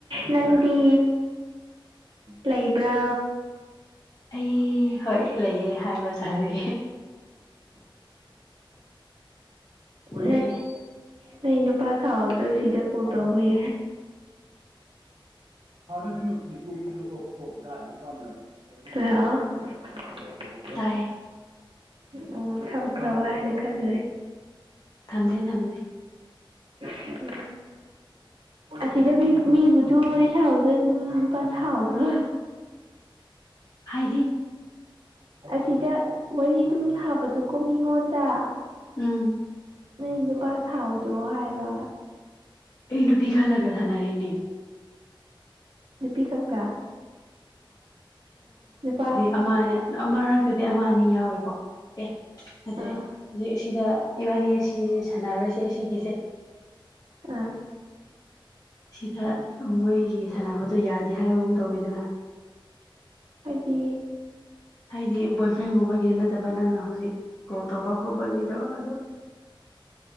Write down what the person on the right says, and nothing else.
ꯅꯪꯗꯤ ꯂꯩꯕ꯭ꯔꯣ
ꯎ
ꯅ ꯅꯨꯄꯥ ꯁꯥꯥꯎꯍꯧꯗ꯭ꯔꯣꯏ ꯁꯤꯗ ꯀꯣꯜ ꯇꯧꯕꯤ ꯐꯥꯅꯅ ꯐꯤꯔꯈꯨ ꯑꯣ ꯑꯣ
ꯑꯣ ꯊꯝꯈ꯭ꯔꯕ ꯍꯥꯏꯅ ꯈꯜꯖꯩ
ꯎꯝ ꯑꯁꯤꯒ ꯃꯤ ꯃꯤꯕꯨꯗꯨ ꯋꯥꯔꯤ ꯁꯥꯕꯗ ꯅꯨꯄꯥ ꯁꯥꯎꯗ꯭ꯔꯣ
ꯑꯁꯤꯗ ꯋꯥꯔꯤ ꯑꯗꯨꯝ ꯁꯥꯕꯗꯨꯀꯣ ꯃꯤꯉꯣꯟꯗ
ꯅꯪ ꯅꯨꯄꯥ ꯁꯥꯎꯗ꯭ꯔꯣ ꯍꯥꯏꯕ
ꯅꯨꯄꯤ ꯈꯛꯇ ꯅꯨꯄꯥ
ꯑꯥ
ꯑꯥ
ꯍꯥꯏꯗꯤ